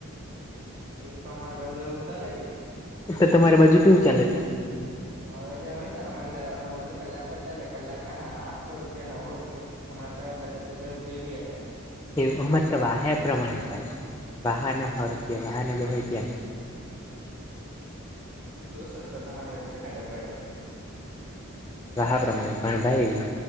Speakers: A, on the right; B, on the left.
A: એવું તો અમારા બાજુ એવું ચાલે કે
B: તો તમારી બાજુ કેવું ચાલે તો
A: અમરવાાજી ચાલે અમાર અરજી કલાક પર ચાલે કલાક હા આઠો રૂપિયા નવો રૂપિયા હમણાં તો કદાચ હજાર રૂપિયા ભી હે
B: એવું અમ તો વાહ્ય પ્રમાણે ચાાલ છે વાહન હારતી વાહન બહતીમ
A: બહુ સસ્તા હતા તમારા વચ્ચે તો કાદવ પાડે
B: વાહા પ્રમાણે પણ ભાઈ